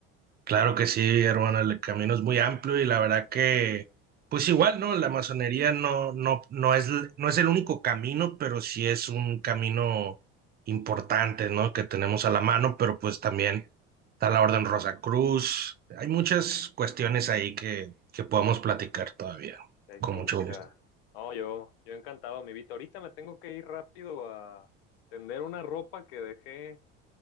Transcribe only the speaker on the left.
que hay
que buscar.
No, yo, yo encantado, mi Vito. Ahorita me tengo que ir rápido a tender una ropa que dejé